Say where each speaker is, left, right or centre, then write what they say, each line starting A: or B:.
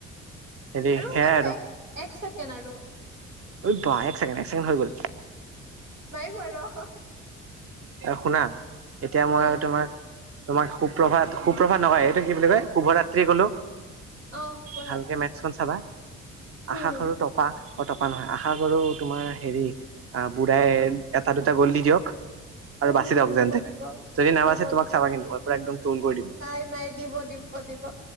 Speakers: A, on the right; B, on the right.
A: হেৰি
B: আৰু
A: সেয়াই
B: আৰু এক এক ছেকেণ্ড আৰু
A: ঐ বাহ, এক ছেকেণ্ড এক ছেকেণ্ড হৈ গ'ল
B: নাই হোৱা ৰহ
A: শুনা এতিয়া
B: হা
A: মই আৰু তোমাক তোমাক সুপ্ৰভাত সুপ্ৰভাত নকয় এইটো কি বুলি কয় শুভৰাত্ৰি কলো।
B: অ শুভৰাত্ৰি
A: ভালকে মেথছখন চাবা
B: উম,
A: আশা কৰোঁ টপা অ টপা নহয় আশা কৰোঁ তোমাৰ হেৰি আ বুঢ়াই এটা দুটা গল দি দিয়ক আৰু
B: হোম
A: বাচি
B: হোম
A: যাওক যেন
B: দিব
A: তেনে
B: দিব।
A: যদি নাবাচে
B: দিব
A: তোমাক
B: দিব,
A: চাবা কিন্তু মই পুৰা একদম ট্ৰল কৰি দিম
B: নাই নাই দিব দিব দিব